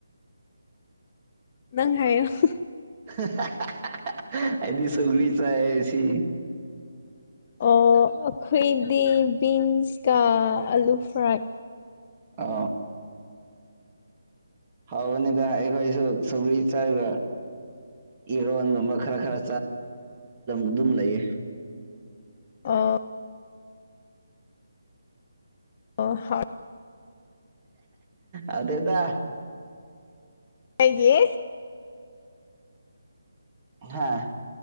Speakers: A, on the left; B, on the right.
A: ꯅꯪ ꯍꯥꯏꯌꯣ ꯍꯨ
B: ꯍꯥ ꯍꯥ ꯍꯥ ꯍꯥ ꯍꯥ ꯍꯥꯛ ꯑꯩꯗꯤ ꯆꯧꯒꯔꯤ ꯆꯥꯏꯌꯦ ꯉꯁꯤ
A: ꯑꯣ ꯑꯩꯈꯣꯏꯗꯤ ꯕꯤꯟꯁꯀ ꯑꯂꯨ ꯐ꯭ꯔꯥꯏ
B: ꯑ ꯍꯥꯎꯕꯅꯤꯗ ꯑꯩꯈꯣꯏꯁꯨ ꯁꯧꯒꯔꯤ ꯆꯥꯏꯔ ꯏꯔꯣꯟꯒꯨꯝꯕ ꯈꯔ ꯈꯔ ꯑꯗꯨꯝ ꯂꯩꯌꯦ
A: ꯑꯣ ꯑꯣ ꯍꯣꯠ
B: ꯑꯗꯨꯗ
A: ꯑꯩꯒꯤ
B: ꯍꯥꯥ